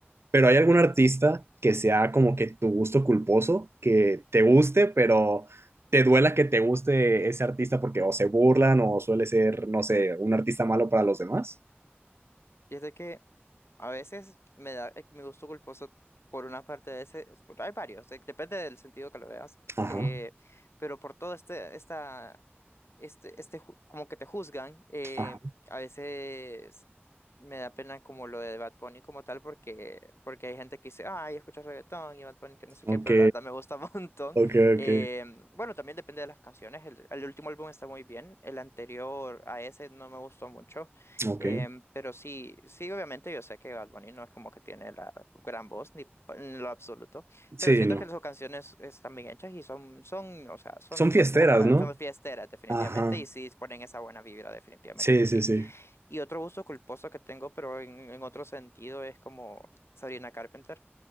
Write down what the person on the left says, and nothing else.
Fíjate que A veces me da eh, mi gusto culposo por una parte de ese, es- hay varios, eh, depende del sentido que lo veas,
eh, pero por todo este, esta, este, este, ju- como que te juzgan, eh,
a veces me da pena como lo de Bad Bunny como tal, porque, porque hay gente que dice, ay, escuchas reggaetón y Bad Bunny que no sé
qué, pero la verdad me gusta <laughs> un montón.
Eh,
bueno, también depende de las canciones, el, el último álbum está muy bien, el anterior a ese no me gustó mucho.
Em, pero sí, sí, obviamente yo sé que Bad Bunny no es como que tiene la gran voz, ni pa- en lo absoluto,
pero siento
que sus canciones están bien hechas y son, son, o sea, son
pa-
como para
fie- fiesteras definitivamente
y sí ponen esa buena vibra definitivamente
que
sí.
Y otro gusto culposo que tengo, pero en, en otro sentido, es como Sabrina Carpenter.